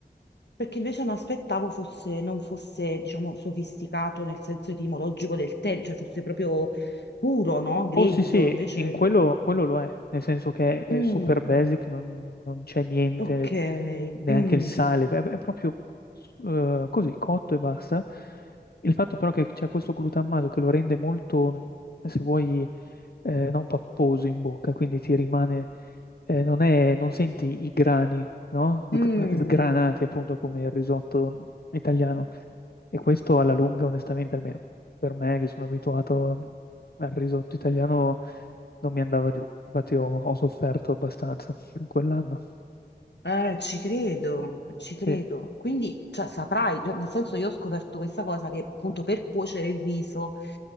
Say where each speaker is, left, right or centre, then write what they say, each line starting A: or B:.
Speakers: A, on the left (about 80°); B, on the left (about 65°).
A: perché invece mi aspettavo fosse, non fosse, diciamo, sofisticato nel senso etimologico del termine, cioè fosse proprio puro, no? Grezzo,
B: Oh sì sì,
A: invece...
B: in quello, quello lo è, nel senso che è
A: Mm.
B: super basic, non, non c'è niente,
A: Ok,
B: neanche
A: mm,
B: il sale, è, è proprio eh, così, cotto e basta. Il fatto però che c'è questo glutammato che lo rende molto, mh, se vuoi, eh, non papposo in bocca, quindi ti rimane, eh, non è- non senti i grani, no? Sg-
A: mm,
B: Sgranati appunto come il risotto italiano. E questo alla lunga, onestamente, almeno per me che sono abituato. Eh, Il risotto italiano non mi andava giù, infatti ho, ho sofferto abbastanza <laughs> in quell'anno.
A: eh, ci credo, ci
B: Sì,
A: credo. Quindi, cioè, saprai, cioè, nel senso io ho scoperto questa cosa che appunto per cuocere il riso